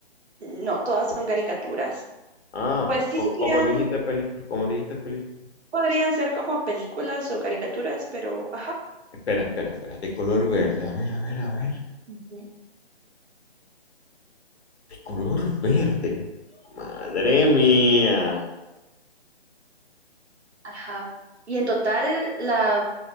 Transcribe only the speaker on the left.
Ah,
co-
como dijiste película, como dijiste película.
Espera, espera, espera, de color verde, a ver, a ver, a ver,
de color verde. Madre mía.